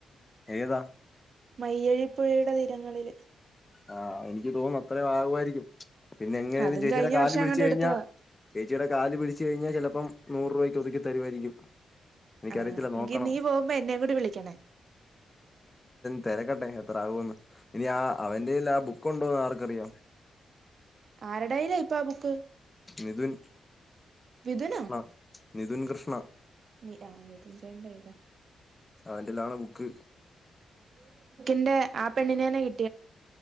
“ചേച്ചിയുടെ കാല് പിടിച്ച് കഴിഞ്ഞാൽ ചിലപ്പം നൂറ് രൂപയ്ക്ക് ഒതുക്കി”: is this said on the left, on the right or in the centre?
Left